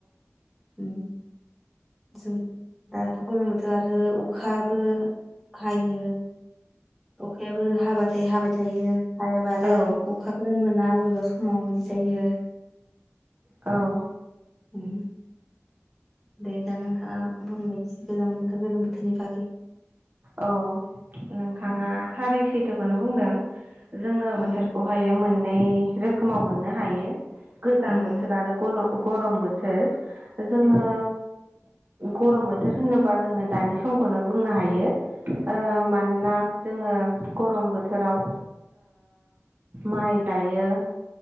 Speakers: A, in the centre; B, on the right (about 45°).
A: उम जों दाथ' गोलोम बोथोर आरो अखाबो हायो अखायाबो हाबाथाय हाबाय थायो हायाबा आरो
B: औ
A: अखाखोनो मोना बबेबा समाव बिदि जायो आरो
B: औ
A: उम दे दा नोंथाङा बुंबायसै गोजां बोथोर गोलोम बोथोरनि बागै
B: औ नोंथाङा
A: उम
B: थारै सैथोखौनो बुंदों जोङो
A: उम
B: बोथोरखौहायो मोननै रोखोमाव मोननो हायो गोजां
A: उम
B: बोथोर आरो गल गरम बोथोर जोङो गरम बोथोर होनोबा जोङो दानि समखौनो बुंनो हायो ओ
A: औ
B: मानोना जोङो गरम बोथोराव माइ गायो